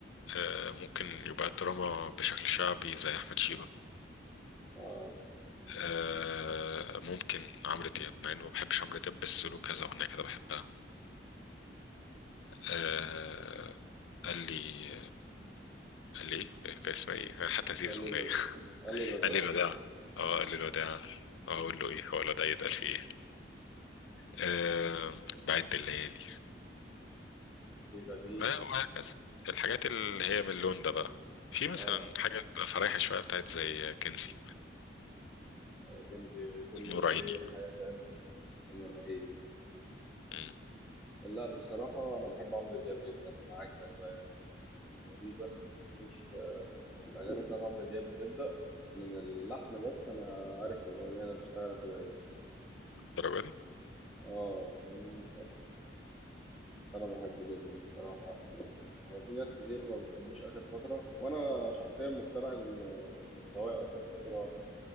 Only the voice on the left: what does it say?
آه، ممكن يبقى الدراما بشكل شعبي زي احمد شيبة
آه ممكن عمرو دياب مع اني ما بحبش عمرو دياب بس له كذا اغنيه كده بحبها آه قال لي قال لي ايه إيه كان اسمها ايه انا حتى نسيت
الاغنيه
<laughs>
قال لي الوداع اه قال لي الوداع اه اقول له ايه هو الوداع يتقال فيه ايه آه بعد الليالي
آه وهكذا الحاجات اللي هي من اللون ده بقى في مثلا
حاجه بتبقى فرايحه شويه بتاعت زي كنزي
نور
عيني
مم،
الدرجه دي